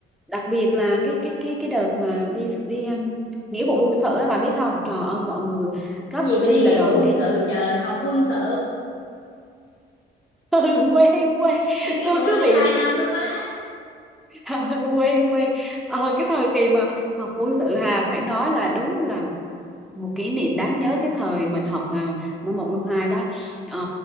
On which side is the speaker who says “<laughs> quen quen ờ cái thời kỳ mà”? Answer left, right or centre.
Centre